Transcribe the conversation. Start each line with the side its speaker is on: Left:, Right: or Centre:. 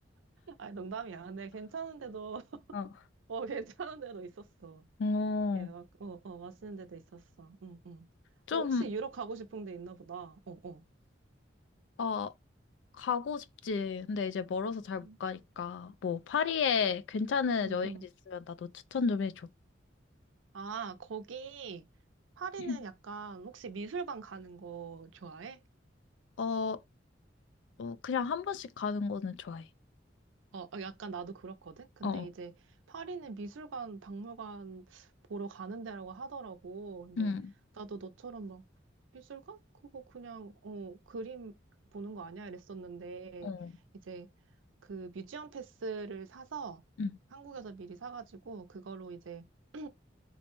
Right: 아니 농담이야. 근데 괜찮은데도 <laughs>
Left: 어,
Right: 어 괜찮은데도 있었어.
Left: 어,
Right: 예, 막, 어, 어 맛있는 데도 있었어. 응, 응.
Left: 좀,
Right: 어, 혹시 유럽 가고 싶은 데 있나 보다. 어, 어.
Left: 어, 가고 싶지. 근데 이제 멀어서 잘
Right: 음.
Left: 못 가니까. 뭐, 파리에 괜찮은
Right: 응,
Left: 여행지
Right: 응.
Left: 있으면 나도 추천 좀 해줘.
Right: 아 거기 파리는
Left: <clears throat>
Right: 약간 혹시 미술관 가는 거 좋아해?
Left: 어, 어, 그냥 한 번씩 가는 거는 좋아해.
Right: 어, 어, 약간 나도 그렇거든? 근데
Left: 어,
Right: 이제 파리는 미술관, 박물관 보러 가는 데라고 하더라고. 근데
Left: 응,
Right: 나도 너처럼 막 미술관? 그거 그냥, 어, 그림 보는 거 아니야? 이랬었는데
Left: 어,
Right: 이제 그 뮤지엄 패스를 사서
Left: 응,
Right: 한국에서 미리 사가지고 그걸로 이제 <clears throat>